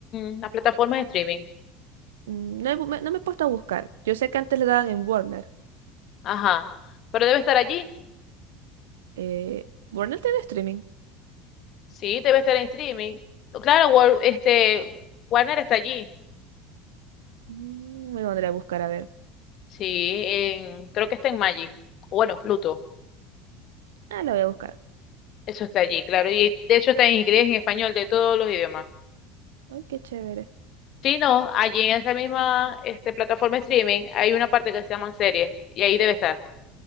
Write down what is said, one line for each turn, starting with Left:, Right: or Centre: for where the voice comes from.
Left: en las plataformas de streaming.
Right: Mm, No, he bu- me, no me he puesto a buscar. Yo sé que antes le daban en Warner.
Left: Ajá, pero debe estar allí.
Right: Eh, ¿Warner tiene streaming?
Left: Sí, debe estar en streaming. Claro, Wal- este, Warner está allí.
Right: Mm, Me lo pondré a buscar a ver.
Left: Sí, en- creo que está en Magic. Bueno, Pluto.
Right: Ah, la voy a buscar.
Left: Eso está allí, claro. Y de hecho está en inglés, en español, de todos los idiomas.
Right: Ay, qué chévere.
Left: Sí, no, allí en esa misma este, plataforma de streaming hay una parte que se llaman series y ahí debe estar.